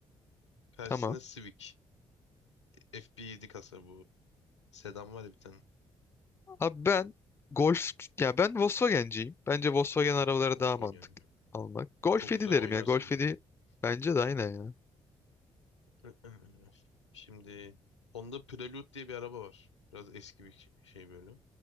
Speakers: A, on the left (about 80°); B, on the left (about 15°).
A: Karşısında
B: Tamam.
A: Civic. FB7 kasa bu. Sedan var ya bir tane.
B: Abi ben Golf ya ben Volkswagen'ciyim. Bence Volkswagen arabaları
A: Oslo
B: daha mantıklı
A: gelmiyor.
B: almak. Golf
A: Çok
B: 7
A: güzel
B: derim
A: oynarsın
B: ya. Golf
A: bununla.
B: 7
A: <clears throat>
B: bence de aynen ya.
A: Ee, Şimdi Honda Prelude diye bir araba var. Biraz eski bir şey şey böyle.